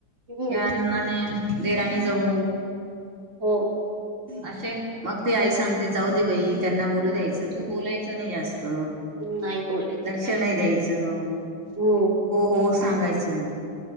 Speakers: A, on the right; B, on the right.
A: हम्म
B: याने देराणी जव
A: हो
B: असे मग तेी आई सांगते जाऊ दे बाई त्यांना बोलू द्यायचं तू बोलायचं नाही जास्त
A: नाही बोलायचं
B: लक्ष नाही द्यायचं
A: हो
B: हो हो सांगायचं